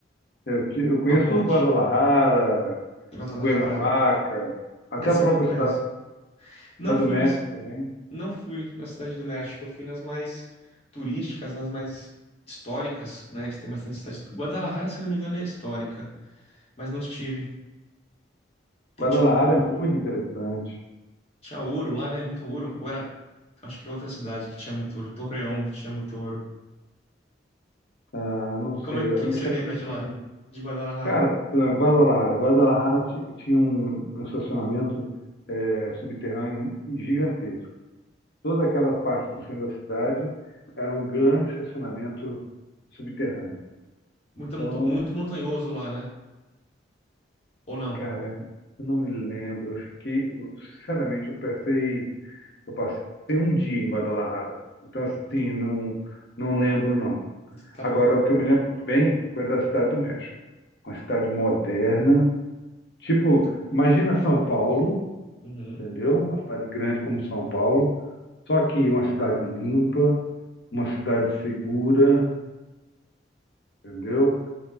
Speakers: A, on the left (about 60°); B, on the left (about 35°).
A: Eu, te- eu conheço
B: Uma ponte.
A: Guadalajara,
B: Guadalajara.
A: Cuernavaca, até
B: Essa
A: a própria
B: eu não conheço.
A: cidade,
B: Não
A: cidade
B: fui
A: do México
B: nas,
A: também.
B: não fui na Cidade do México, eu fui nas mais turísticas, nas mais históricas, né? Eles têm bastante cidade. Guadalajara, se eu não me engano, é histórica, mas não estive. Tem,
A: Guadalajara
B: tinha muito ouro.
A: é muito interessante.
B: Tinha ouro lá, né? Muito ouro. Ou era. Acho que é outra cidade que tinha muito ouro. Torreão tinha muito ouro.
A: Ah, não
B: E como
A: sei,
B: é que,
A: eu não
B: que você
A: che-
B: lembra
A: não
B: de
A: cheguei,
B: lá? De Guadalajara?
A: Cara, eh, Guadalajara. Guadalajara ti- tinha um, um estacionamento eh, subterrâneo gigantesco. Toda aquela parte do centro da cidade era um grande estacionamento subterrâneo.
B: Muita
A: Então,
B: monta- Muito montanhoso lá, né? Ou não?
A: cara, eu não me lembro. Eu fiquei, eu- sinceramente, eu passei, eu passei um dia em Guadalajara. Então, assim, não, não lembro, não.
B: Tá
A: Agora,
B: bom.
A: o que eu me lembro bem foi da cidade do México. Uma cidade moderna. Tipo, imagina São Paulo
B: Uhum.
A: entendeu? Uma cidade grande como São Paulo, só que uma cidade limpa, uma cidade segura, entendeu?